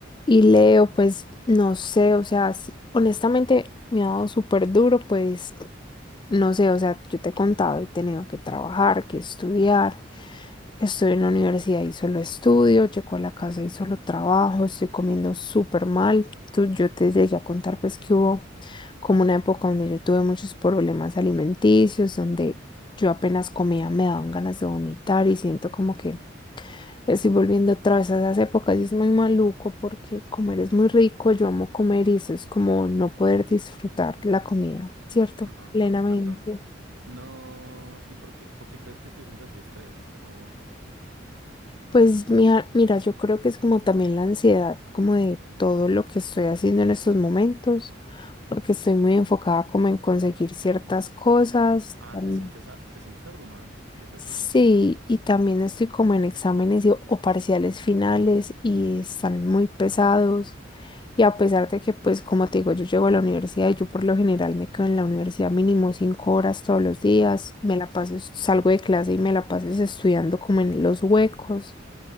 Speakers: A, on the left; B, on the right.
A: Y Leo, pues no sé, o sea, sí, honestamente me ha dado súper duro, pues no sé, o sea, yo te he contado, he tenido que trabajar, que estudiar, estoy en la universidad y solo estudio, llego a la casa y solo trabajo, estoy comiendo súper mal. Tú, yo te llegué a contar pues que hubo como una época donde yo tuve muchos problemas alimenticios, donde yo apenas comía me daban ganas de vomitar y siento como que Estoy volviendo otra vez a esas épocas y es muy maluco porque comer es muy rico, yo amo comer y eso es como no poder disfrutar la comida, ¿cierto?
B: ajá
A: Plenamente.
B: claro. No, ¿y por qué, por qué crees que te sientas así estrés? O,
A: Pues mira, mira, yo creo que es como también la ansiedad, como de todo lo que estoy haciendo en estos momentos, porque estoy muy enfocada como en conseguir ciertas cosas.
B: ah,
A: tam-
B: te sientes, a- te sientes abrumada de casualidad.
A: Sí, y también estoy como en exámenes y- o parciales finales y están muy pesados. Y a pesar de que, pues, como te digo, yo llego a la universidad y yo por lo general me quedo en la universidad mínimo cinco horas todos los días, me la paso, salgo de clase y me la paso estudiando como en los huecos,